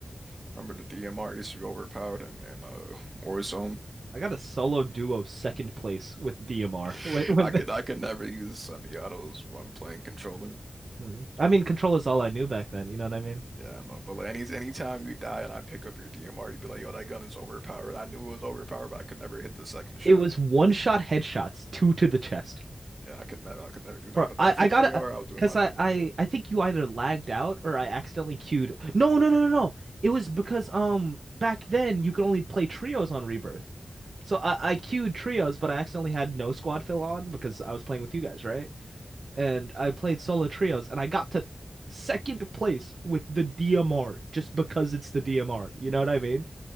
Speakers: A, on the right (about 45°); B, on the right (about 70°).
A: I remember the DMR used to be overpowered and, and uh Warzone.
B: I got a solo duo second place with DMR
A: <laughs>
B: when when
A: I could I could never use semi-autos when playing controller.
B: Mm. I mean, control is all I knew back then. You know what I mean?
A: Yeah, I know. But like any anytime you die and I pick up your DMR, you'd be like, yo, that gun is overpowered. I knew it was overpowered, but I could never hit the second shot.
B: It was one shot headshots, two to the chest.
A: Yeah, I could never, I could never do nothing.
B: Bro,
A: But
B: I,
A: the FFAR,
B: I gotta,
A: I was doing
B: because
A: my
B: I,
A: thing
B: I,
A: with it.
B: I think you either lagged out or I accidentally queued. No, no, no, no, no. It was because, um, back then you could only play trios on Rebirth. So I, I queued trios, but I accidentally had no squad fill on because I was playing with you guys, right? And I played solo trios and I got to second place with the DMR just because it's the DMR. You know what I mean?